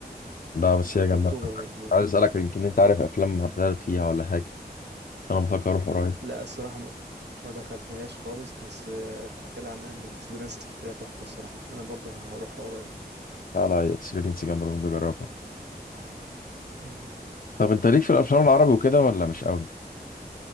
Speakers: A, on the left; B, on the right.
A: وده بس هي
B: في
A: جامده
B: أكتوبر مظبوط
A: عايز اسالك يمكن انت عارف افلام هتعرض فيها ولا حاجه بس انا بفكر اروح قريب
B: لا الصراحة ما ما دخلتهاش خالص بس آه، اتحكى لي عنها إن الإكسبيرينس فيها تحفة الصراحة أنا برضو هروح قريب
A: لا لا اكسبيرينس جامدة لازم تجربها
B: مم.
A: طب انت ليك في الافلام العربي وكده ولا مش قوي